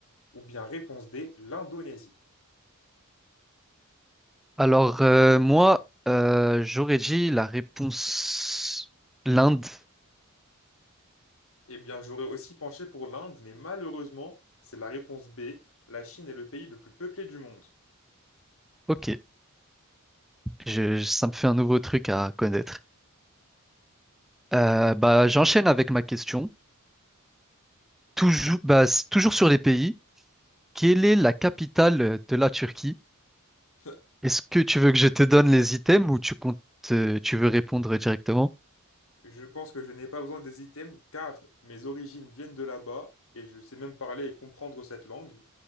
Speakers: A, on the left; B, in the centre.
A: Ou bien réponse D, l'Indonésie.
B: Alors euh, moi, euh, j'aurais dit la réponse l'Inde.
A: Eh bien, j'aurais aussi penché pour l'Inde, mais malheureusement, c'est la réponse B. La Chine est le pays le plus peuplé du monde.
B: Ok, je- je- ça me fait un nouveau truc à connaître. Euh, bah, j'enchaîne avec ma question. Toujours, bah, s- toujours sur les pays, quelle est la capitale de la Turquie?
A: <laughs>
B: Est-ce que tu veux que je te donne les items ou tu comptes, euh, tu veux répondre directement?
A: Je pense que je n'ai pas besoin des items car mes origines viennent de là-bas et je sais même parler et comprendre cette langue.